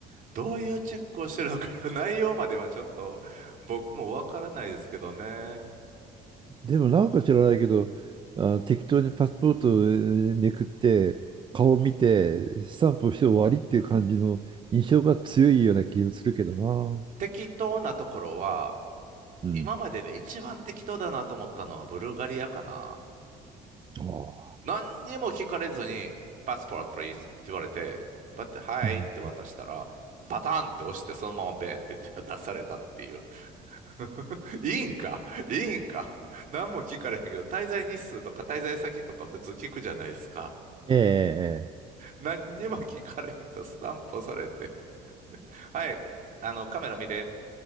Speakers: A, on the right; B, on the right.
A: どういうチェックをしてるのか、<laughs> 内容まではちょっと僕もわからないですけどね。
B: でも、なんか知らないけど、あ、適当にパスポートをえーめくって、顔見て、スタンプをして終わりっていう感じの印象が強いような気がするけどな。
A: 適当なところは、
B: うん。
A: 今までで一番適当だなと思ったのはブルガリアかな。
B: ああ。
A: 何にも聞かれずに、パスポート please って言われて、パッて、はいって渡したら、
B: うん。
A: パターンって押して、そのままベーって <laughs> 出されたっていう。<laughs> いいんかいいんか何も聞かれへんけど、滞在日数とか滞在先とか普通聞くじゃないですか。
B: ええええ
A: 何にも聞かれんとスタンプ押されて、はい、あの、カメラ見て、